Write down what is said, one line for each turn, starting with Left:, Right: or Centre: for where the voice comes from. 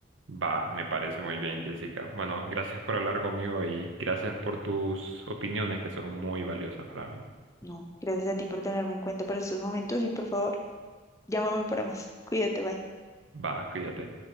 Right: Va, me parece muy bien, Jessica. Bueno, gracias por hablar conmigo y gracias por tus opiniones que son muy valiosas para mí.
Left: No, gracias a ti por tenerme en cuenta para estos momentos y por favor, llámame para más. Cuídate, bye.
Right: Va, cuídate.